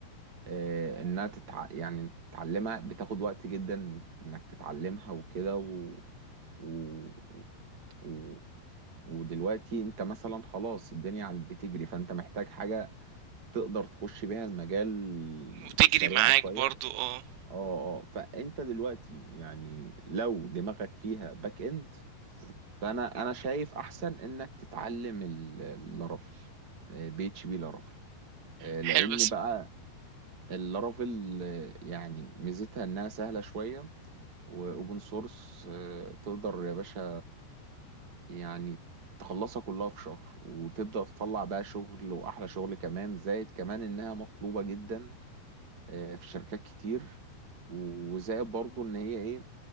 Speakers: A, on the right; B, on the right.
A: آه، انها تتع... يعني تتعلمها بتاخد وقت جدا في انك تتعلمها وكده و... و... و... ودلوقتي انت مثلا خلاص الدنيا عم بتجري فانت محتاج حاجة تقدر تخش بيها المجال
B: وتجري
A: سريعة
B: معاك
A: شوية
B: برضه اه
A: اه اه فانت دلوقتي يعني لو دماغك فيها باك اند فانا انا شايف احسن انك تتعلم اللارافيل بي اتش بي لارافيل لان
B: حلو بس
A: بقى اللارافيل آه، يعني ميزتها انها سهلة شوية واوبن سورس تقدر يا باشا يعني تخلصها كلها في شهر وتبدأ تطلع بقى شغل واحلى شغل كمان زائد كمان انها مطلوبة جدا آه، في شركات كتير وزائد برضو ان هي ايه